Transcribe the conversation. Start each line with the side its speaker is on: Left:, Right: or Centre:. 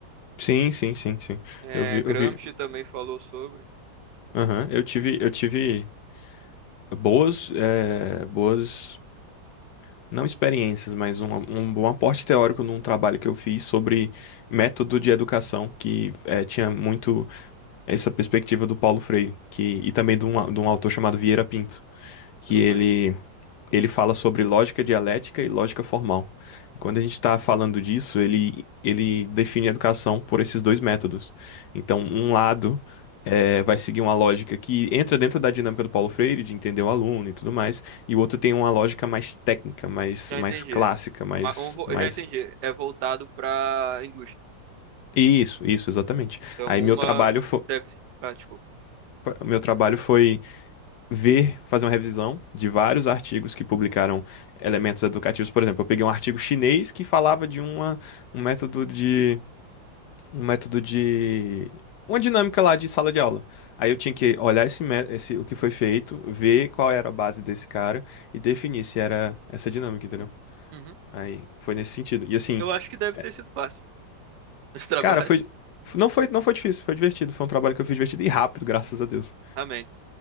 Left: Sim, sim, sim, sim.
Right: É,
Left: Eu vi,
Right: Gramsci
Left: eu vi.
Right: também falou sobre.
Left: Aham, Eu tive, eu tive boas, eh, boas não experiências, mas um, um bom aporte teórico num trabalho que eu fiz sobre método de educação, que eh, tinha muito essa perspectiva do Paulo Freire, que, e também de um, a- de um autor chamado Vieira Pinto, que
Right: Eu não
Left: ele
Right: conheço.
Left: ele fala sobre lógica dialética e lógica formal. E quando a gente está falando disso, ele, ele define a educação por esses dois métodos. Então, um lado eh, vai seguir uma lógica que entra dentro da dinâmica do Paulo Freire, de entender o aluno e tudo mais, e o outro tem uma lógica mais técnica, mais,
Right: Já
Left: mais
Right: entendi.
Left: clássica, mais,
Right: Ma- um vo-
Left: mais...
Right: Já entendi. É voltado para a indústria.
Left: Isso, isso, exatamente.
Right: Então,
Left: Aí meu
Right: uma
Left: trabalho foi...
Right: deve. Ah, desculpa.
Left: Meu trabalho foi ver, fazer uma revisão de vários artigos que publicaram elementos educativos. Por exemplo, eu peguei um artigo chinês que falava de uma, um método de, um método de, uma dinâmica lá de sala de aula. Aí eu tinha que olhar esse, mé- esse, o que foi feito, ver qual era a base desse cara e definir se era essa dinâmica, entendeu?
Right: Uhum.
Left: Aí foi nesse sentido. E assim,
Right: Eu acho que deve
Left: é,
Right: ter sido fácil esse trabalho.
Left: cara, foi, não foi, não foi difícil, foi divertido. Foi um trabalho que eu fiz divertido e rápido, graças a Deus.
Right: <laughs> Amém.